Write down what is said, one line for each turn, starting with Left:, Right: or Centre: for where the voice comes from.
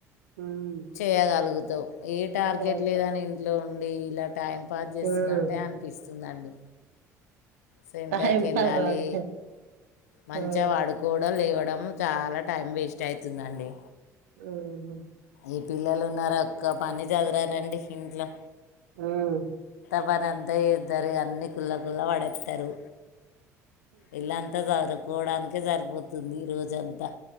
Right: ఉమ్
Left: చేయగలుగ్ త్ ఏ టార్గెట్
Right: గంతే
Left: లేదని ఇంట్లో ఉండి ఇలా టైం పాస్ చేస్తున్నట్టే
Right: ఉమ్
Left: అనిపిస్తుందండి సెంటర్కేళ్ళాలి
Right: టైం పాస్ అంతే
Left: మంచిగా
Right: ఉమ్
Left: పడుకోవడం లేవ డం చాలా టైం వేస్టయితుందండి
Right: మ్ హూ
Left: ఈ పిల్లలున్నారోక్క పని జదురారండి ఇంట్లో
Right: మ్
Left: పనంత చేత్ తార్ ఇగ అన్ని కుళ్ళ కుల్లా పడేత్తరు ఇల్లాంతా సదుర్ పోవడానికే సరిపోతుంది ఈ రోజంతా